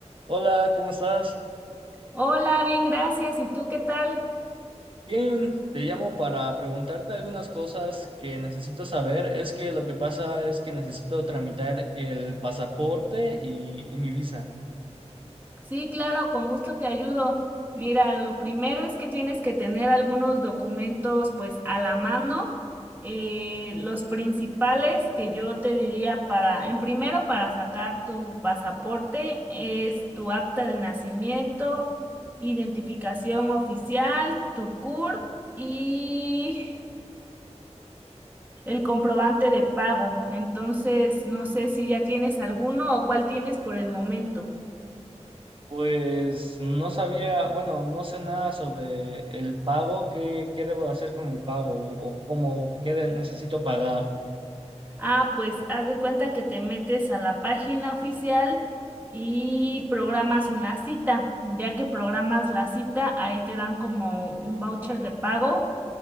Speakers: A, on the right; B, on the right.
A: Hola, ¿cómo estás?
B: Hola, bien, gracias. ¿Y tú qué tal?
A: Bien, te llamo para preguntarte algunas cosas que necesito saber. Es que lo que pasa es que necesito tramitar el pasaporte y, y mi visa.
B: Sí, claro, con gusto te ayudo. Mira, lo primero es que tienes que tener algunos documentos pues a la mano. Eh, los principales que yo te diría para, en primero para sacar tu pasaporte es tu acta de nacimiento, identificación oficial, tu CURP y el comprobante de pago. Entonces, no sé si ya tienes alguno o cuál tienes por el momento.
A: Pues no sabía, bueno, no sé nada sobre el pago, qué, qué debo de hacer con el pago o cómo, qué de- necesito pagar.
B: Ah, pues haz de cuenta que te metes a la página oficial y programas una cita. Ya que programas la cita, ahí te dan como un voucher de pago.